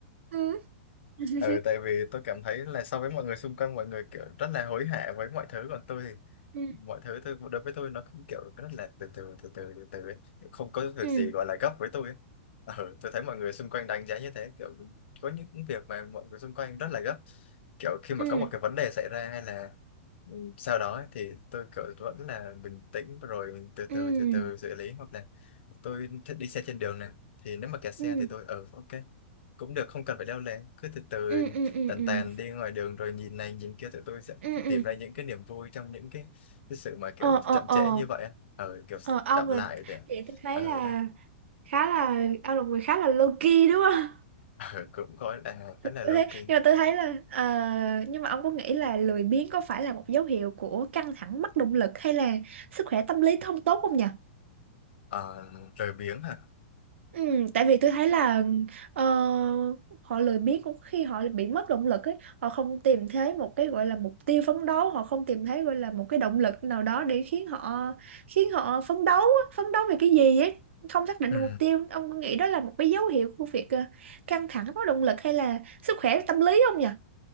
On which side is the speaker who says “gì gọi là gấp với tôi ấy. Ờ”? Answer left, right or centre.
Left